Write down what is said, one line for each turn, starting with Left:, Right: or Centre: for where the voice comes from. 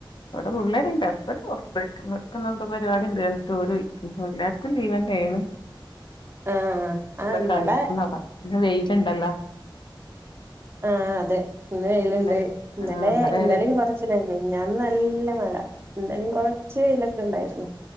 Left: ഇവടെ പിള്ളാര്ണ്ട് അസ്ബന്റ് പൊറത്തെയ്ക്ക്ണ് ഓല്ക്ക്ന്നെന്തോ പരിപാടിണ്ട് റഞിട്ട് ഓല് പെയ്ക്ക്ണ് പിന്നെ ക്കും ജീവെന്റെണ്
Right: ആഹ് ആഹ് ഇവടെ
Left: കളിക്കുന്നതാ ഇന്ന് വെയിലുണ്ടല്ലോ
Right: ആഹ് അതെ ഇന്ന് വെയില്ണ്ട്
Left: ഇന്നലെ
Right: ഇന്നലേ
Left: ആഹ് ഇന്നലെ
Right: ഇന്നലീ
Left: വരെ
Right: കൊറച് <unintelligible> മെനിഞ്ഞാന്ന് നല്ല മഴ എന്തായാലും കൊറച്ച് വെയിലൊക്കെ ഉണ്ടായിരുന്നു